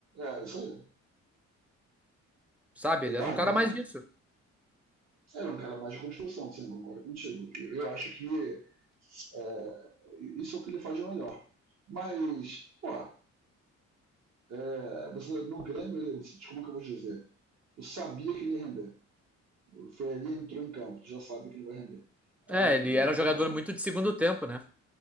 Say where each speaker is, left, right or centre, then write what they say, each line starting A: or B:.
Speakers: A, on the right; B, in the centre.
A: É, isso aí.
B: sabe?
A: Então,
B: Ele era um cara
A: mas
B: mais disso.
A: era um cara mais de construção, sim, concordo contigo. Eu, eu acho que é, isso é o que ele faz de melhor. Mas, pô, é, você, no Grêmio, ele, você, como é que eu vou dizer? Tu sabia que ele ia render. O Ferreira entrou em campo, tu já sabe que ele vai render. É,
B: É,
A: no,
B: ele era um jogador muito de segundo tempo, né?